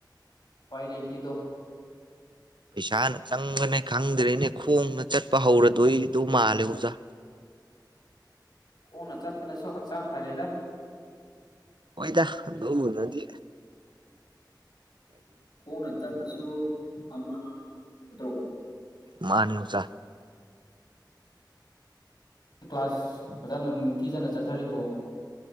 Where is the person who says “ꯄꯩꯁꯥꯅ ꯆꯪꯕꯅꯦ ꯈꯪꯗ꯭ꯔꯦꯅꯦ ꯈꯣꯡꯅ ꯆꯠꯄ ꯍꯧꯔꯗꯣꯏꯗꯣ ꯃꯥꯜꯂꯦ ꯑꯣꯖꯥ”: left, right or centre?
Right